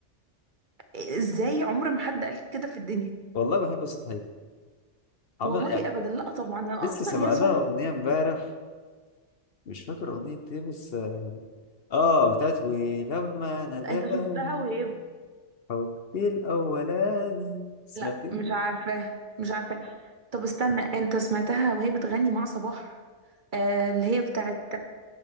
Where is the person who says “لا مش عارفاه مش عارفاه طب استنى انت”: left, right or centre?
Right